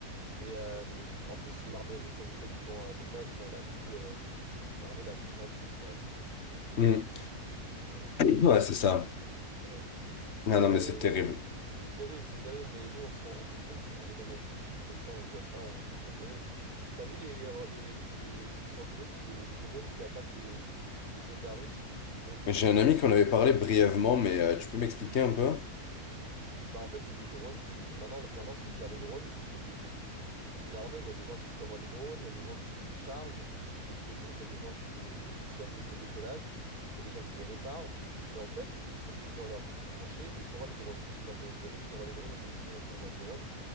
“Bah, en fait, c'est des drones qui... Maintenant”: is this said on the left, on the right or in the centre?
Right